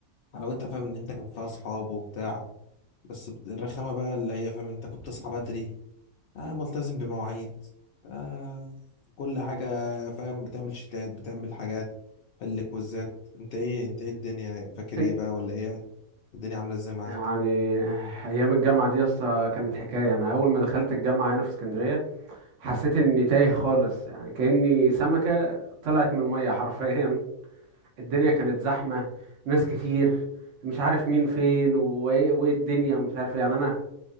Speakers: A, on the left; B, on the right.
A: حلاوتها فاهم ان انت كان فيها اصحاب وبتاع بس بت- الرخامة بقى اللي هي فاهم انت كنت بتصحى بدري آه ملتزم بمواعيد آه كل حاجة فاهم بتعمل شتات بتعمل حاجات حل كويزات انت ايه انت ايه الدنيا فاكر
B: انت
A: ايه بقى ولا ايه الدنيا عاملة ازاي معاك؟
B: يعني آه، ايام الجامعه دي اصلا كانت حكايه انا اول ما دخلت الجامعه هنا في اسكندريه حسيت اني تايه خالص يعني كاني سمكه طلعت من الميه حرفيا <laughs> الدنيا كانت زحمه ناس كتير مش عارف مين فين وايه وإيه الدنيا ومش عارف إيه. يعني انا